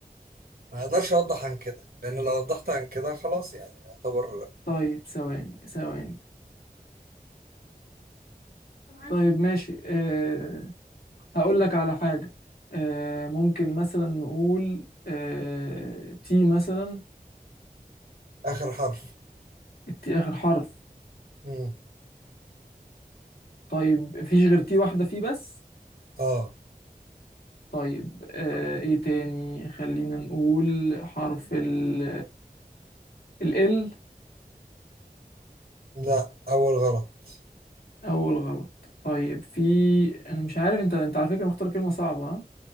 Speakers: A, on the right; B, on the left.
A: ما اقدرش اوضح عن كده لان لو وضحت عن كده خلاص يعني يعتبر
B: طيب ثواني ثواني طيب ماشي آه هقول لك على حاجة آه، ممكن مثلا نقول آه، تي مثلا
A: اخر حرف
B: التي آخر حرف
A: مم.
B: طيب مفيش غير تي واحدة فيه بس
A: اه
B: طيب آه، ايه تاني خلينا نقول حرف ال ال ال
A: لا اول غلط
B: أول غلط طيب في أنا مش عارف أنت أنت على فكرة مختار كلمة صعبة ها